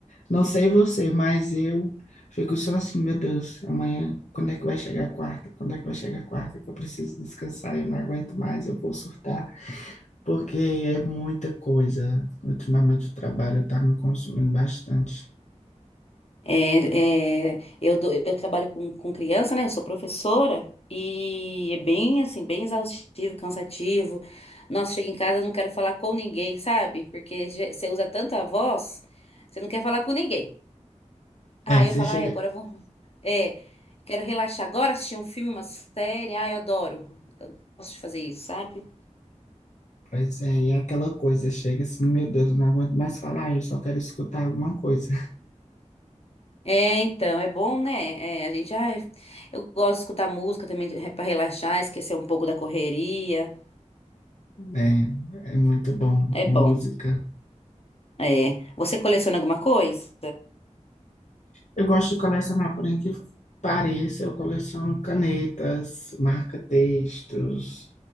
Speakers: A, on the left; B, on the left.
A: não sei você, mas eu fico só assim, meu Deus, amanhã, quando é que vai chegar a quarta? Quando é que vai chegar a quarta? Que eu preciso descansar, eu não aguento mais, eu vou surtar, porque é muita coisa. Ultimamente o trabalho está me consumindo bastante.
B: É, é, eu, dou- eu trabalho com, com criança, né? Eu sou professora e é bem assim, bem exaustivo, cansativo. Nossa, chego em casa, eu não quero falar com ninguém, sabe? Porque já- você usa tanta voz, você não quer falar com ninguém. ah
A: É,
B: eu
A: você
B: falo,
A: chega,
B: ai, agora eu vou. É, quero relaxar agora, assistir um filme, uma série. Ai, eu adoro. Gosto de fazer isso, sabe?
A: Pois é, e é aquela coisa chega assim, meu Deus, eu não aguento mais falar, eu só quero escutar alguma coisa.
B: É, então, é bom, né? É, a gente, ai, eu gosto de escutar música também para relaxar, esquecer um pouco da correria.
A: É, é muito bom,
B: É
A: música.
B: bom. É. Você coleciona alguma coisa?
A: Eu gosto de colecionar, porém que pareça, eu coleciono canetas, marca-textos.